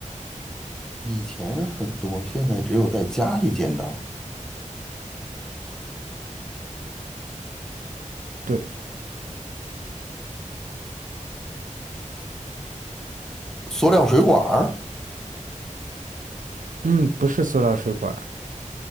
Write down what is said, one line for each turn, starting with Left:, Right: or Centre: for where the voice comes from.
Centre: 以前很多，现在只有在家里见到。
Right: 对，
Centre: 塑料水管儿，
Right: 嗯，不是塑料水管儿